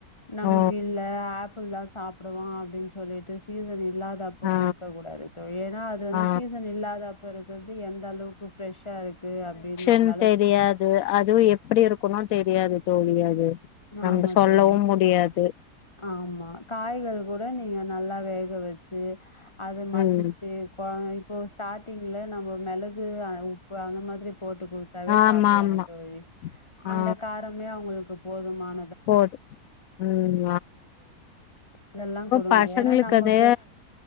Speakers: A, on the left (about 20°); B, on the left (about 65°).
A: நமக்கு
B: ஓ
A: இல்ல ஆப்பிள் தான் சாப்பிடுவான் அப்படின்னு சொல்லிட்டு சீசன் இ இல்லாத அப்ப
B: ஆ
A: கொடுக்க கூடாது தோழி ஏன்னா அது வந்து
B: ஆ
A: சீசன் இல்லாத அப்ப இருக்கு து எந்த அளவுக்கு பிரப்ரெஷா இருக்கு அப்படின்னு நம்மளால
B: ன் தெரியாது
A: ஸ்
B: அதுவம் எப்படி இருக்கணும் தெரியாது தோழி அது நம்ம
A: ஆமா
B: சொல்லவும்
A: தோழி.
B: முடியாது
A: ஆமா காய்கள் கூட நீங்க நல்லா ல்ல வேக வச்சு அத மசிச்சு
B: ம்
A: குழந்த இப்போ ஸ்டாரிங்ல நம்ம மிளகு உப்பு அந்த மாதிரி போட்டு கொடுத்தாவே
B: ஆமா
A: சாப்பிடுவாங்க
B: ஆமா
A: தோழி
B: ஆ
A: அந்த காரமே அவங்களுக்கு போதுமான
B: போது உம்
A: இதெல்லாம் கொடுங்க
B: பசங்களுக்கு
A: ஏன்னா நமக்கு
B: அது